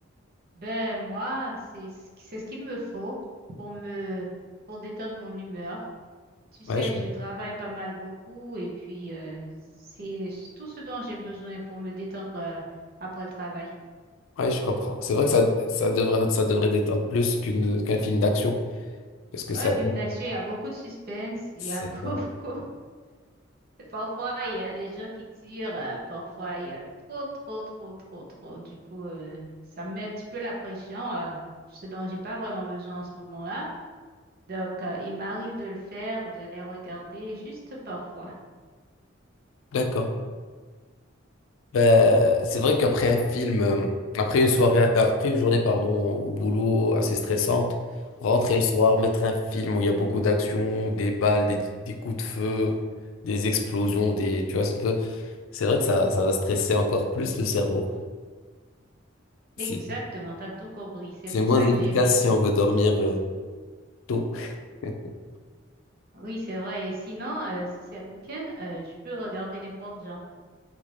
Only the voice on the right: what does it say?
Ben, moi, c'est ce qui- c'est ce qu'il me faut pour me pour détendre mon humeur. Tu sais,
je
travaille pas mal beaucoup et puis euh, c'est tout ce dont j'ai besoin pour me détendre euh, après le travail.
Ouais, film d'action, il y a beaucoup de suspense, il
y a <laughs> beaucoup.
Parfois, il y a des gens qui tirent, euh, parfois, il y a trop, trop, trop, trop, trop. Du coup, euh, ça me met un petit peu la pression, euh, ce dont j'ai pas vraiment besoin en ce moment-là. Donc, euh, il m'arrive de le faire, de les regarder juste parfois.
Exactement, t'as tout compris. C'est
pour
ça
que j'évite.
Oui, c'est vrai. Et sinon, euh, si c'est le week-end, euh, je peux regarder n'importe genre.